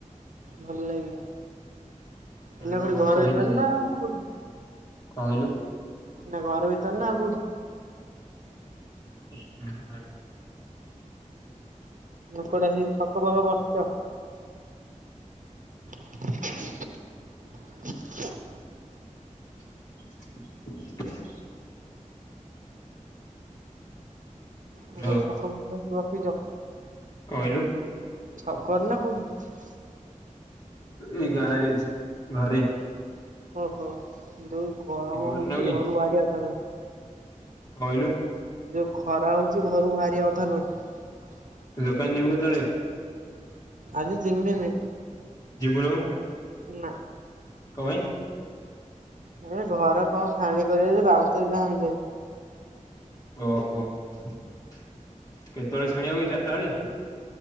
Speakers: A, on the right; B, on the left.
A: ଭଲ ଲାଗିବ।
B: ଆରେ
A: ଏଇନା
B: ପୁରା
A: କୋଉଠି
B: ଭଲ
A: ଘର
B: ସେ ଖାଇଦେଇଛି।
A: ଭିତରେ ନା କୋଉଠି?
B: କଣ କହିଲୁ?
A: ନା ଘର ଭିତରେ ନା ଆଉ କୋଉଠି?
B: ହୁଁ ଘରେ।
A: ନା କୁଆଡେ ଆସିକି ଛକ ଫକ ବସଚ୍। <inaudible>
B: <inaudible>
A: ନା
B: ହ୍ୟାଲୋ
A: କଉ ଛକ ଫକ ହେଇଥିବ। ବିଯ।
B: କହିଲୁ।
A: ଛକର ନା କୋଉଠି?
B: ଏଇ ଗାଁ ରେ ଅଛି ଘରେ।
A: ଓହୋ ଦୁଇ ଗରମ
B: ଘରେ
A: ହଉଛିି
B: ନାହୁଁ କି
A: ଘରୁ
B: କଣ
A: ବାହାରିିବାଥା ନୁହେଁ।
B: କହିଲୁ।
A: ଯଉ ଖରା ହଉଛି ଘରୁ ବାହାରିବା କଥା ନୁହେଁ।
B: ଦୋକାନ ଯଉ ଗ ତାଳି
A: ଆଜି ଜିମିନ
B: ଯିବୁନୁ
A: ଅୂ
B: କହ
A: ଏ ଘର କଣ ଛାଣି କରିବ ବାଉଁଶ ଦଟା ହାଣିେନି
B: ଓହୋ କେତେବେଳେ ଛାଣିବା ହ ଚାରିଟା ବେଳେ